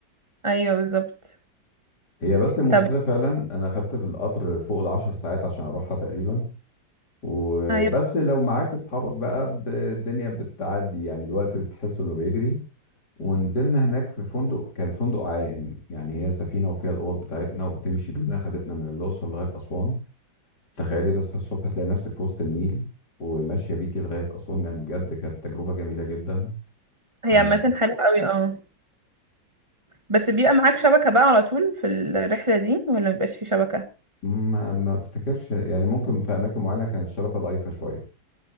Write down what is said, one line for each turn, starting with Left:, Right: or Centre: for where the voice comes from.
Right: ايوه بالظبط
Left: هي بس المشكلة
Right: طب
Left: فعلا أنا خدت في القطر فوق العشر ساعات عشان أروحها تقريبا وبس
Right: ايوه
Left: لو معاك أصحابك بقى ب- الدنيا بتعدي يعني الوقت بتحس إنه بيجري ونزلنا هناك في فندق كان فندق عائم يعني هي سفينة وفيها الأوض بتاعتنا وبتمشي بينا خدتنا من الأقصر لغاية أسوان تخيلي تصحى الصبح تلاقي نفسك في وسط النيل وماشية بيكي لغاية أسوان يعني بجد كانت تجربة جميلة جدا خمس
Right: هي عامة حلوة قوي اه بس بيبقى معاك شبكة بقى على طول في الرحلة دي ولا مبيبقاش في شبكة
Left: ما ما افتكرش يعني ممكن في أماكن معينة كانت الشبكة ضعيفة شوية